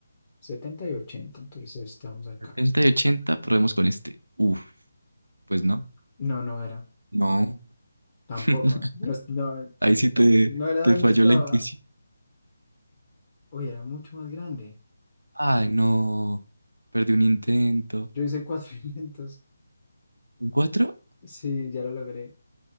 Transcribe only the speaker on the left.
70 y ochenta Entonces estamos acá.
No, no era.
Tampoco.
No, es- no,
no era
donde
estaba.
Uy, era mucho más grande.
Yo hice 400. <laughs>
Sí, ya lo logré.